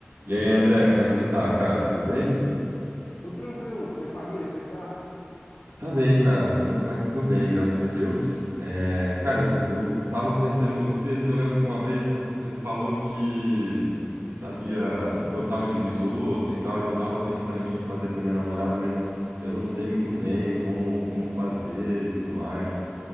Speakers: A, on the right; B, on the left.
A: E aí, André, como é que você tá, cara? Tudo bem?
B: Tudo tranquilo, Lucas. E a família, como é que tá?
A: Tá bem, cara. Vamos- Vai tudo bem, graças a Deus. É, cara, eu tava pensando em você, porque eu lembro que uma vez você me falou que, que sabia, que gostava de risoto e tal, e eu tava pensando aqui em fazer pra minha namorada, mas eu não sei muito bem como, como fazer e tudo mais.